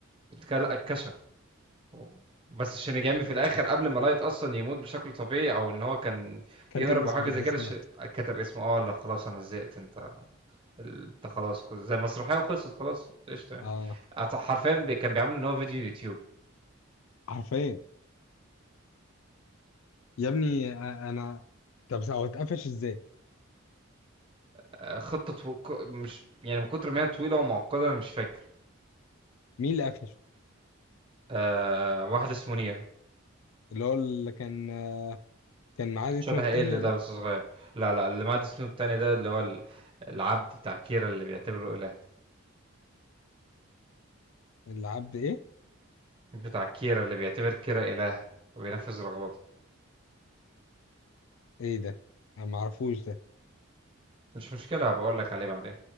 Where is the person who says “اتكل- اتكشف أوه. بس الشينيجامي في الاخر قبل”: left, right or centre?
Right